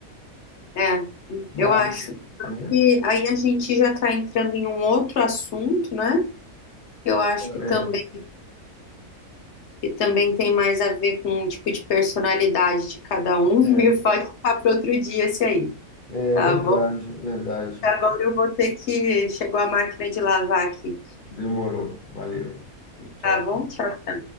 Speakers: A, on the left; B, on the left.
A: É,
B: Mas,
A: eu acho
B: né?
A: que aí a gente já está entrando em um outro assunto, né? Eu acho
B: É,
A: que também. que também tem mais a ver com o tipo de personalidade de cada um,
B: É,
A: <laughs> e pode ficar para outro dia esse aí,
B: é
A: tá
B: verdade,
A: bom?
B: verdade.
A: Agora eu vou ter que. Chegou a máquina de lavar aqui,
B: demorou. Valeu. Tchau.
A: tá bom? Tchau.